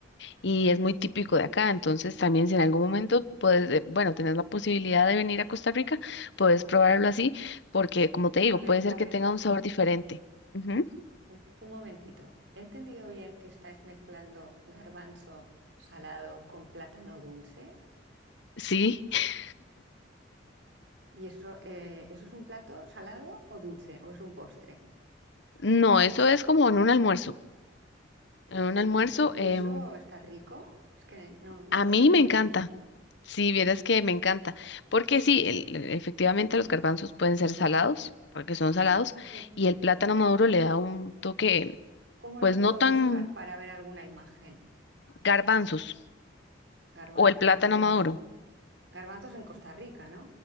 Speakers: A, on the left; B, on the right.
A: Y es muy típico de acá, entonces también si en algún momento puedes, eh, bueno, tenés la posibilidad de venir a Costa Rica, puedes probarlo así, porque como te digo,
B: A ver,
A: puede ser
B: a ver,
A: que tenga un sabor diferente. Ujú.
B: Un, un momentito, ¿he entendido bien que estáis mezclando garbanzo salado con plátano dulce?
A: Sí, <laughs>
B: ¿Y eso, eh, eso es un plato salado o dulce o es un postre?
A: no, eso es como en un almuerzo. En un almuerzo,
B: ¿Y eso, y
A: em,
B: eso está rico? Es que no, no
A: a
B: lo
A: mí
B: veo,
A: me encanta.
B: ¿eh?
A: Sí, vieras que me encanta, porque sí, el- el- efectivamente los garbanzos pueden ser salados, porque son salados,
B: ¿Cómo,
A: y el plátano maduro le da un toque,
B: cómo
A: pues
B: lo puedo
A: no tan
B: buscar para ver alguna imagen?
A: garbanzos,
B: Garba-
A: o el plátano
B: garba- pero
A: maduro.
B: ga- garbanzos en Costa Rica, ¿no?